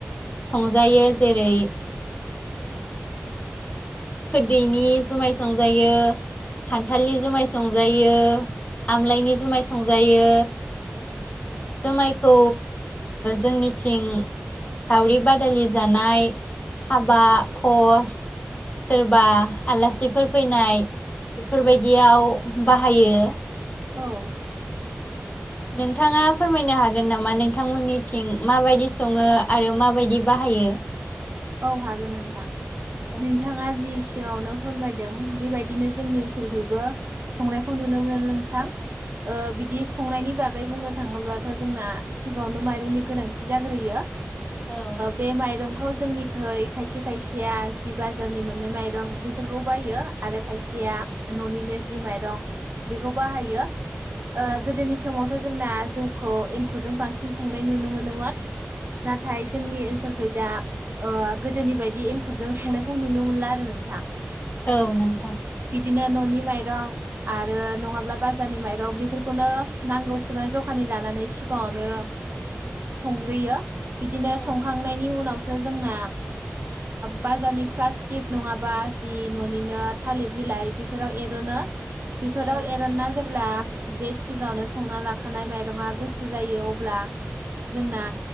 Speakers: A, on the left; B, on the right.
A: संजायो जेरै। खोरदैनि जुमाय संजायो। खान्थालनि जुमाय संजायो आमलायनि जुमाय संजायो जुमायखौ जोंनिथिं। सावरि बादालि जानाय हाबा पस सोरबा आलासिफोर फैनाय बेफोरबायदियाव बाहायो।
B: औ।
A: नोंथाङा फोरमायनो हागोन नामा नोंथांमोननिथिं माबायदि सङो आरो माबायदि बाहाय। बाहायो।
B: औ हागोन नोंथां
A: औ
B: नोंथाङा जि सिङावनो फोरमायदों बेबायदिनो जोंनि ओनसोलखैबो संनायखौ नुनो मोनो नोंथां बिदि संनायनि बागै आगै बुंनो थाङोब्लाथ' जोंना सिगाङावनो माइरंनि गोनांथि जाग्रोयो
A: औ
B: बे माइरंखौ जोंनिखै खायसे खायसेया जि बाजारनि मोननै माइरं बेफोरखौ बायो आरो खायसेया। न'निनो जि माइरं बेखौ बाहायो
A: औ औ
B: गोदोनि समाव जोंना जौखौ एंखुरजों बांसिन संनाय नुनो मोनोमोन। नाथाय जोंनि ओनसोलखै दा। गोदोनि बायदि एंखुरजों संनायखौ नुनो मोनला आरो नोंथां
A: औ नोंथां।
B: बिदिनो न'नि माइरं आरो नङाब्ला बाजारनि माइरं बेफोरखौनो नांगौसेबां जखानि लानानै सिगाङावनो संग्रोयो बिदिनो
A: औ
B: संखांनायनि उनाव जोंना बाजारनि प्लास्टिक नङाबा जि न'निनो थालिर बिलाइ बेफोराव एर'नो। बेफोराव
A: औ
B: एरनाना जेब्ला। बे सिगाङावनो संना लाखानाय माइरंआ गुसु जायो अब्ला जोंना